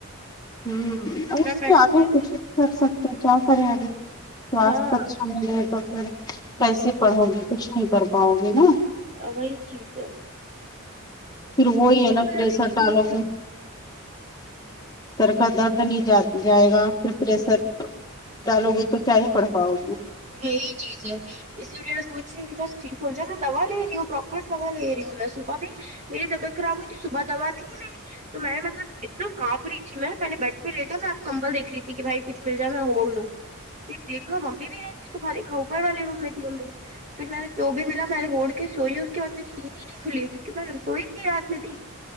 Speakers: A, on the left; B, on the right.
A: ہ اب
B: میں
A: اس
B: بیڈ
A: کے اگے
B: پہ
A: کچھ نہیں کر سکتے کیا کریں ابھی سواست
B: ہاں
A: اچ ہمے تو پھر کیسے پڑھو گی کچھ نہیں کر پاؤ گی نا
B: وہی چیز ہے
A: پھر وہی ہے نا پریشر
B: <inaudible>
A: ڈالو گے سر کا درد نہیں جائے گا پھر پریسر ڈالو گی تو کیا ہی پڑ پاؤ گی
B: یہی چیز ہے اسی لیے میں سوچ رہی ہوں کہ بس ٹھیک ہو جائے میں دوا لے رہی ہوں پراپر دوا لے رہی ہوں میں صبح بھی میری طبیعت خراب ہوئی تھی صبح دوا تھی نہیں تو میں مطلب اتنا کانپ رہی تھی میں میں نے بیڈ پر لیٹا میں آپ کمبل دیکھ رہی تھی کہ بھائی کچھ کمبل مل جائے میں کھول دوں پھر دیکھا ممی بھی نہیں تھی صبح دیکھا اوپر والے روم میں تھی ممی پھر میں نے جو بھی ملا میں نے اوڈھ کے سوئی اس کے بعد میری نیدی کھلی کیونکہ میں سوئی تھی رات میں تھی